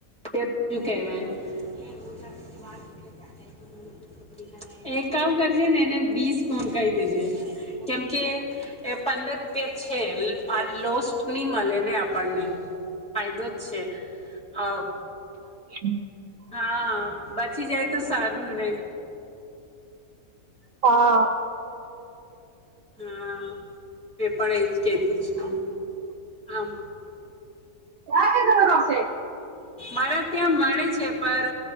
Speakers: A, in the centre; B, on the right (about 65°).
A: <unintelligible> કેવાય. <unintelligible> એક કામ કરજેને એને બીસ ગુણ કહી દેજે કેમકે એ પંદર રૂપિયા છે. લ આ લોસ્ટની મલે ને આપણને ફાયદો છે અ
B: <inaudible>
A: હા બચી જાય તો સારું ને.
B: હા.
A: હા મેં પણ એજ કેતી છું આમ
B: કા ગે તમારું <unintelligible> શે
A: મારે ત્યાં મળે છે પર